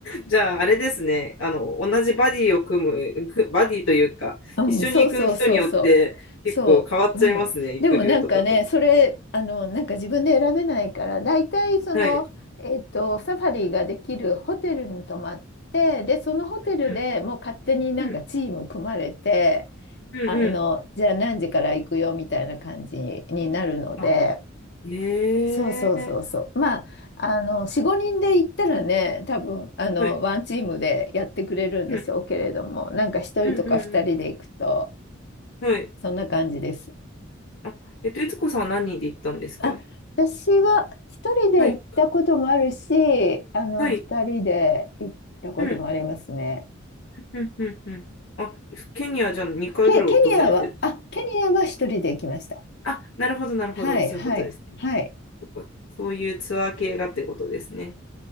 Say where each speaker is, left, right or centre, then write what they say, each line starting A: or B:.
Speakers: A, on the left; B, on the left.
A: じゃあ、あれですね。あの、同じバディを組む、くバディというか、
B: うん、
A: 一緒に行く人によって結構変わっちゃいますね。
B: そうそうそうそう。そう、うん。
A: 行くルートとかが。
B: でもなんかね、それ、あの、なんか自分で選べないから、大体その、
A: はい。
B: えっと、サファリができるホテルに泊まって、で、そのホテルでもう勝手になんかチーム組まれて、
A: うん、うん、うん、うん。
B: あの、じゃあ何時から行くよみたいな感じになるので、
A: あ、ええ、
B: そうそうそうそう。まあ、あの、4、5人で行ったらね、多分、あの、
A: はい。
B: ワンチームでやってくれるんでしょうけれども、
A: うん、
B: なんか1人とか2人で行くと、
A: うん、うん、うん。はい。
B: そんな感じです。
A: あ、えっと、いつ子さんは何人で行ったんですか
B: あ、私は一人で行ったこともあるし、
A: はい。
B: あの、
A: はい。
B: 二人で行ったこともありますね。
A: うん、うん、うん、うん。あ、ケニアじゃあ2回ぐらい訪れてる。
B: ケ、ケニアは、あ、ケニアは一人で行きました。
A: あ、なるほど、なるほど。
B: はい、
A: そういうことですね。
B: はい、はい。
A: そっかそういうツアー系がってことですね。